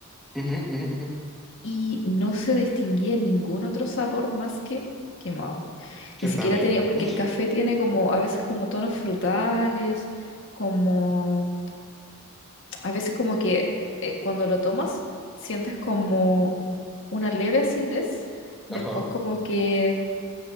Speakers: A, in the centre; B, on the left.
A: ujú, ujú, ujú.
B: y no se distinguía ningún otro sabor más que quemado.
A: Qué
B: Ni siquiera
A: rabia.
B: tenía, porque
A: <laughs>
B: el café tiene como a veces como tonos frutales, como a veces como que eh, cuando lo tomas sientes como una leve acidez,
A: Ajá.
B: después como que